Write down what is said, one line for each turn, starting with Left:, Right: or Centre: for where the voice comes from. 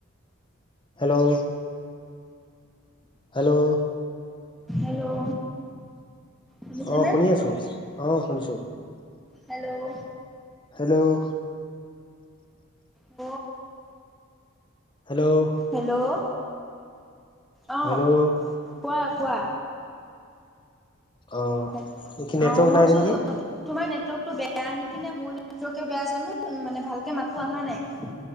Left: hello hello
Centre: hello শুনিছেনে
Left: অ শুনি আছোঁ অ শুনিছোঁ।
Centre: হেল্ল'
Left: হেল্ল'
Centre: ব
Left: হেল্ল'
Centre: হেল্ল' অ
Left: হেল্ল'
Centre: কোৱা কোৱা।
Left: অ
Centre: মই
Left: কি নেটৱৰ্ক
Centre: ভাবিছোঁ
Left: নাই আছে নেকি?
Centre: তোমাৰ নেটৱৰ্কটো বেয়া নেকি নে মোৰ নেটৱৰ্কটোৱে বেয়া জানো মানে ভালকে মাত অহা নাই